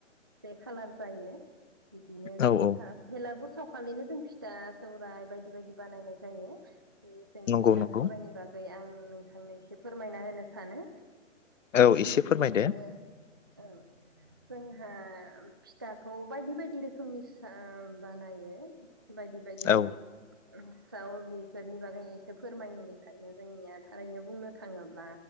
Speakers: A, on the right; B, on the left.
A: जे खालार जायो बिदिनो
B: औ
A: सेखा
B: औ
A: भेलाबुर सावखालिनो जों फिथा सौरायाइ बायदि-बायदि बानायनाय जायो। बे जों
B: नंगौ
A: फिथा
B: नंगौ
A: सौरायनि बागै आं नोंथांनि जे फोरमायना होनो सानो
B: औ
A: आं
B: एसे
A: बिदिनो
B: फोरमायदो
A: औ जोंहा फिथाखौ बायदि-बायदि रोखोमनि सा बानायो बायदि-बायदि
B: औ
A: ओ सावो बेफोरनि बागै एसे फोरमायनायनिफ्रायनो जोंनिया थारैनो बुंनो थाङोब्ला